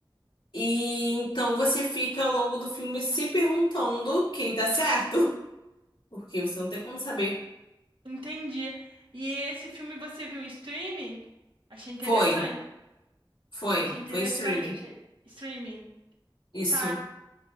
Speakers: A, on the left (about 70°); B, on the right (about 75°).
A: E então você fica ao longo do filme se perguntando quem tá certo. <laughs> Porque você não tem como saber.
B: Entendi. E esse filme você viu em streaming? Achei interessante.
A: Foi, foi,
B: Achei interessante,
A: foi em streaming.
B: achei... streaming.
A: Isso.
B: Tá,